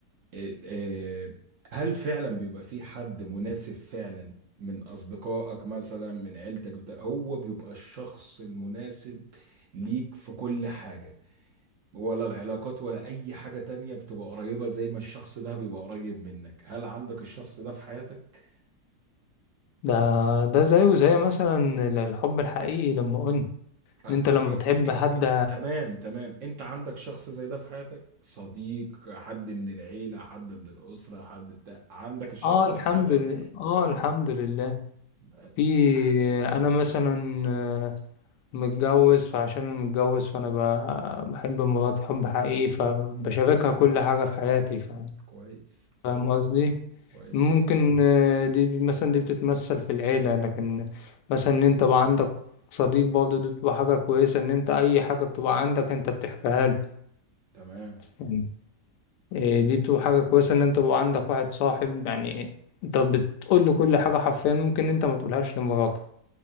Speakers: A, on the right; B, on the left.
A: آه، آه، هل فعلا بيبقى في حد مناسب فعلا من أصدقائك مثلا من عيلتك بتاع هو بيبقى الشخص المناسب ليك في كل حاجة ولا العلاقات ولا أي حاجة تانية بتبقى قريبة زي ما الشخص ده بيبقى قريب منك هل عندك الشخص ده في حياتك؟
B: ده ده زيه زي مثلا الحب الحقيقي لما قلنا
A: آه،
B: ان انت
A: لا
B: لما
A: إيه
B: بتحب
A: إيه
B: حد
A: تمام تمام أنت عندك شخص زي ده في حياتك؟ صديق حد من العيلة حد من الأسرة حد بتاع عندك الشخص
B: اه الحمد
A: ده في حياتك؟
B: لله اه الحمد لله
A: آه،
B: في
A: لا
B: انا مثلا آه، متجوز فعشان انا متجوز فانا ب- بحب مراتي حب حقيقي فبشاركها كل حاجة في حياتي ف-
A: كويس
B: فاهم قصدي
A: كويس
B: ممكن آه، دي مثلا دي بتتمثل في العيلة لكن مثلا ان انت بقى عندك صديق برضه دي بتبقى حاجة كويسة ان انت اي حاجة بتبقى عندك انت بتحكيها
A: تمام
B: له إيه، دي بتبقى حاجة كويسة إن أنت يبقى عندك واحد صاحب يعني أنت بتقول له كل حاجة حرفيا ممكن أنت ما تقولهاش لمراتك